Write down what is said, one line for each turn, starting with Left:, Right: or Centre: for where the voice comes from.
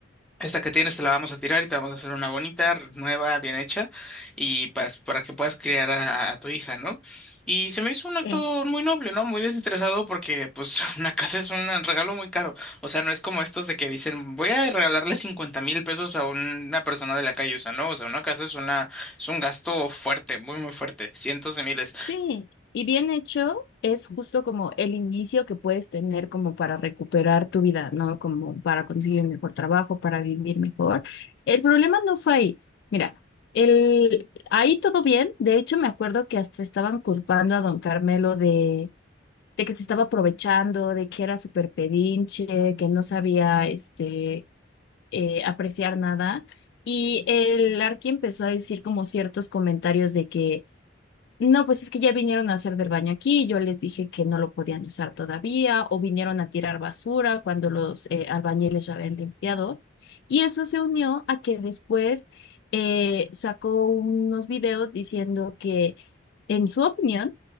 Centre: Esta que tienes te la vamos a tirar y te vamos a hacer una bonita, r- nueva, bien hecha, y pues para que puedas criar a, a tu hija, ¿no? Y se me hizo un
Left: Sí.
Centre: acto muy noble, ¿no? Muy desinteresado porque pues <laughs> una casa es un regalo muy caro. O sea, no es como estos de que dicen, voy a regalarle cincuenta mil pesos a una persona de la calle, o sea, no, o sea, una casa es una, es un gasto fuerte, muy, muy fuerte, cientos de miles.
Left: Sí, y bien hecho es justo como el inicio que puedes tener como para recuperar tu vida, ¿no? Como para conseguir un mejor trabajo, para vivir mejor. El problema no fue ahí. Mira, el, ahí todo bien. De hecho, me acuerdo que hasta estaban culpando a don Carmelo de, de que se estaba aprovechando, de que era súper pedinche, que no sabía, este, eh, apreciar nada. Y el Arqui empezó a decir como ciertos comentarios de que no, pues es que ya vinieron a hacer del baño aquí, yo les dije que no lo podían usar todavía, o vinieron a tirar basura cuando los eh, albañiles ya habían limpiado. Y eso se unió a que después eh, sacó unos videos diciendo que, en su opinión,